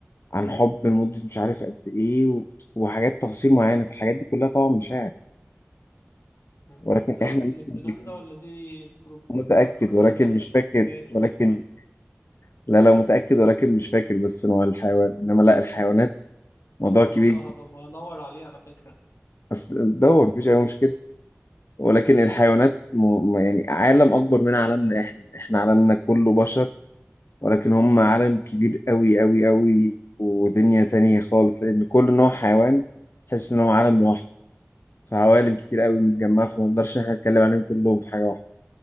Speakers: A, on the left; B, on the left.
A: عن حب لمده مش عارف قد ايه و... وحاجات تفاصيل معينه فالحاجات دي كلها طبعا مشاعر
B: أنت
A: ولكن
B: متأكد
A: احنا
B: من الكلام
A: ممكن
B: ده ولا دي بروباجندا
A: متاكد ولكن
B: من
A: مش
B: الفيديوهات
A: فاكر ولكن
B: ولا
A: لا لا متاكد ولكن مش فاكر بس نوع الحيوان انما لا الحيوانات موضوع
B: أبقى
A: كبير
B: فهدب- هدور عليه على فكرة
A: اصل دور مفيش اي مشكله ولكن الحيوانات م... م- يعني عالم اكبر من عالمنا احنا احنا عالمنا كله بشر ولكن هم عالم كبير قوي قوي قوي ودنيا تانية خالص لأن كل نوع حيوان تحس إن هو عالم لوحده فعوالم كتير قوي متجمعة فما نقدرش إن إحنا نتكلم عليهم كلهم في حاجة واحدة